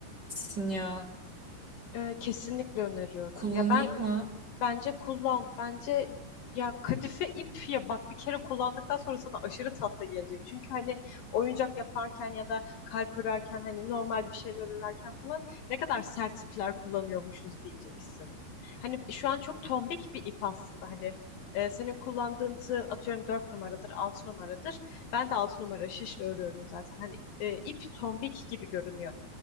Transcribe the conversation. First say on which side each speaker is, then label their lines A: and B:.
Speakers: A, on the right; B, on the left.
A: misin ya?
B: Ee, kesinlikle öneriyorum.
A: Kullanayım
B: Ya ben
A: mı?
B: Bence kullan. Bence ya kadife ip ya bak bir kere kullandıktan sonra sana aşırı tatlı gelecek. Çünkü hani oyuncak yaparken ya da kalp örerken hani normal bir şeyler örerken falan ne kadar sert ipler kullanıyormuşuz diyeceksin. Hani şu an çok tombik bir ip aslında hani e, senin kullandığın tığ atıyorum 4 numaradır 6 numaradır. Ben de 6 numara şişle örüyorum zaten. Hani e, ip tombik gibi görünüyor